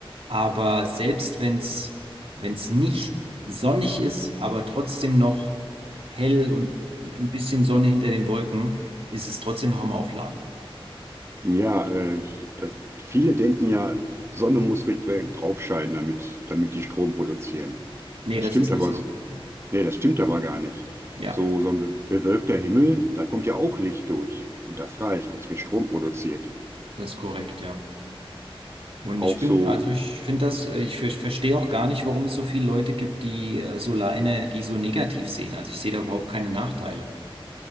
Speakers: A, on the right; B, on the right.
A: Aber selbst wenn es, wenn es nicht sonnig ist, aber trotzdem noch hell und ein bisschen Sonne hinter den Wolken, ist es trotzdem noch am Aufladen.
B: Ja, äh, das, viele denken ja, Sonne muss richtig direkt drauf scheinen, damit, damit die Strom produzieren.
A: Nee,
B: Das
A: das
B: stimmt
A: ist nicht
B: aber,
A: so.
B: s- nee, das stimmt aber gar nicht.
A: Ja,
B: So, so ein be- bewölkter Himmel, da kommt ja auch Licht durch. Und das reicht. Es wird Strom produziert.
A: das ist korrekt, ja. Und
B: Auch
A: ich bin,
B: so,
A: also ich finde das, äh, ich ver- verstehe auch gar nicht, warum es so viele Leute gibt, die äh, Solarenergie so negativ sehen. Also ich sehe da überhaupt keine Nachteile.